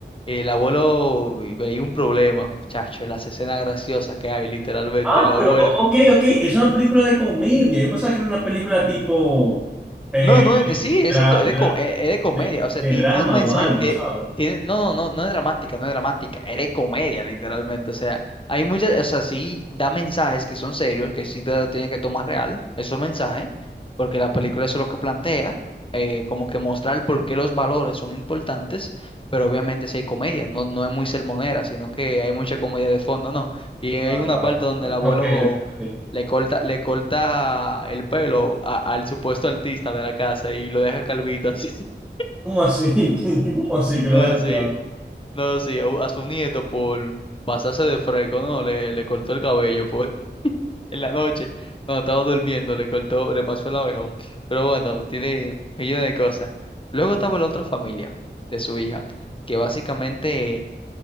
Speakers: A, on the left (about 30°); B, in the centre.
A: el abuelo ve- veía un problema, chacho, las escenas graciosas que hay, literalmente,
B: Ah,
A: el abuelo.
B: pero, o- ok, ok, es una película de comedia, yo pensaba que era una película tipo, eh,
A: No, no, no, sí, exacto,
B: dra-
A: es
B: dra-
A: de, co- es- es de comedia,
B: de
A: o sea,
B: de
A: ti-
B: drama
A: tiene, un mensaje,
B: o algo,
A: ti-
B: ¿sabes?
A: tiene, no, no, no, no es dramática, no es dramática, es de comedia, literalmente, o sea, hay muchas, o sea, sí da mensajes que son serios, que sí te lo tienes que tomar real, esos mensajes, porque la película eso es lo que plantea, eh, como que mostrar por qué los valores son importantes, pero obviamente sí hay comedia, no, no es muy sermonera, sino que hay mucha comedia de fondo, ¿no? Y hay
B: Vale,
A: una
B: vale.
A: parte donde el abuelo
B: Ok, ok.
A: le corta, le corta el pelo a- al supuesto artista de la casa y lo deja calvito así. <laughs>
B: ¿Cómo así? <laughs> ¿Cómo así que
A: No,
B: lo deja
A: sí,
B: calvo?
A: no, sí, a, u- a su nieto por pasarse de fresco, no, le, le cortó el cabello por, <laughs> en la noche, cuando estaba durmiendo, le cortó, le pasó el abejón. Pero bueno, tiene millones de cosas. Luego estaba la otra familia de su hija, que básicamente